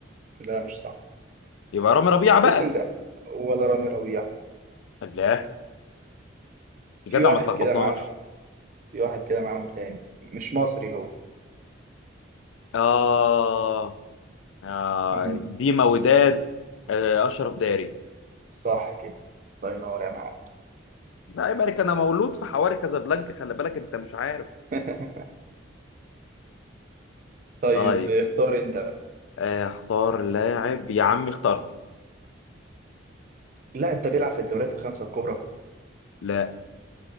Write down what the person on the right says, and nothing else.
لا مش صح
بص أنت ولا رامي ربيعة
في
واحد
كده معاهم في واحد كده معاهم تاني مش مصري هو
مم.
صح كده الله ينور يا معلم
<laughs> طيب
اختار أنت بقى
اللاعب ده بيلعب في الدوريات الخمسة الكبرى